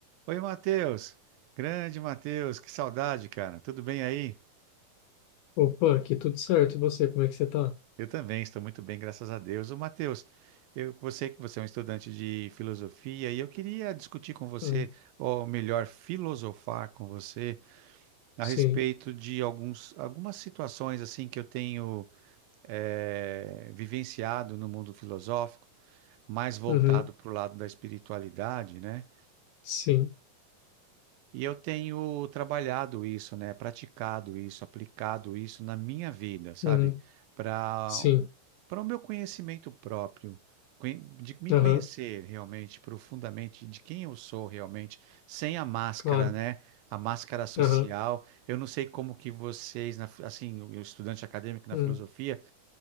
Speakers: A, on the right (about 80°); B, on the left (about 80°).
A: Oi, Matheus. Grande Matheus, que saudade, cara. Tudo bem aí?
B: Opa, aqui tudo certo. E você, como é que você tá?
A: Eu também estou muito bem, graças a Deus. Ô, Matheus, eu sei que você é um estudante de filosofia e eu queria discutir com você,
B: Hum,
A: ou melhor, filosofar com você a
B: sim.
A: respeito de alguns, algumas situações assim que eu tenho eh, vivenciado no mundo filosófico, mais voltado
B: Uhum.
A: para o lado da espiritualidade, né?
B: Sim.
A: E eu tenho trabalhado isso, né? Praticado isso, aplicado isso na minha vida, sabe?
B: Uhum.
A: Para
B: Sim.
A: para o meu conhecimento próprio, conhe- de me conhecer
B: Aham,
A: realmente profundamente, de quem eu sou realmente, sem a máscara,
B: claro.
A: né? A máscara social.
B: Aham.
A: Eu não sei como que vocês, na, fi- assim, o estudante acadêmico na
B: Uhum.
A: filosofia,